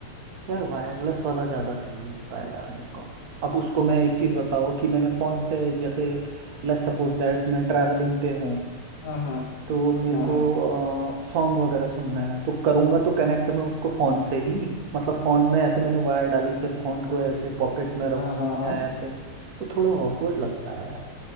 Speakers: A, on the right; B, on the left.
A: यार वायरलेस वाला ज़्यादा सही लगता है यार मेरे को अब उसको मैं एक चीज़ बताओ कि मैंने फ़ोन से जैसे लेट्स सपोज दैट मैं ट्रैवलिंग पे हूँ
B: हाँ हाँ
A: तो मेरे
B: हाँ हाँ
A: को सॉन्ग वगैरह सुनना है तो करूँगा तो कनेक्ट मैं उसको फ़ोन से ही मतलब फ़ोन में ऐसे मैंने वायर डाली फिर फ़ोन को ऐसे पॉकेट में रखूँ
B: हाँ हाँ
A: या
B: हाँ
A: ऐसे वो थोड़ा ऑकवर्ड लगता है यार